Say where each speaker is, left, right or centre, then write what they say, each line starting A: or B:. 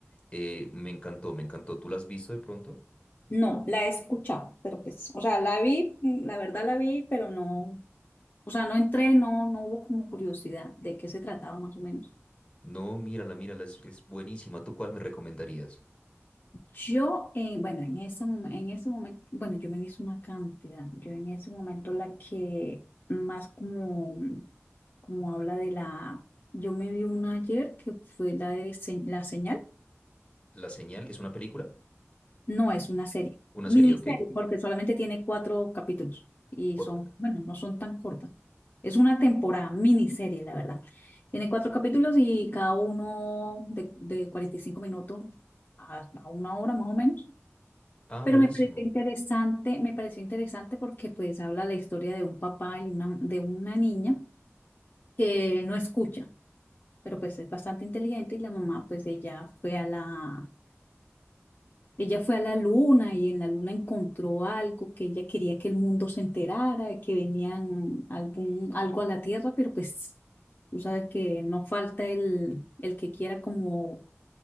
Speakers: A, on the left; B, on the left.
A: eh, me encantó, me encantó, ¿tú la has visto de pronto?
B: No, la he escuchado, pero pues, o sea, la vi, mm, la verdad la vi, pero no. O sea, no entré, no, no hubo como curiosidad de qué se trataba más o menos.
A: No, mírala, mírala, es, es buenísima. ¿Tú cuál me recomendarías?
B: Yo, eh, bueno, en ese momento, en ese momento, bueno, yo me hice una cantidad. Yo en ese momento la que más como, como habla de la, yo me vi una ayer que fue la de se- la señal.
A: ¿La señal es una película?
B: No es una serie,
A: Una
B: miniserie,
A: serie, ok.
B: porque solamente tiene cuatro capítulos y
A: Cu-
B: son, bueno, no son tan cortas. Es una temporada, miniserie, la verdad. Tiene cuatro capítulos y cada uno de, de 45 minutos a, a una hora más o menos.
A: Ah,
B: Pero
A: buenísimo.
B: me pareció interesante, me pareció interesante porque pues habla la historia de un papá y una, de una niña que no escucha, pero pues es bastante inteligente y la mamá pues ella fue a la Ella fue a la luna y en la luna encontró algo que ella quería que el mundo se enterara, que venían algún, algo a la Tierra, pero pues tú sabes que no falta el, el que quiera como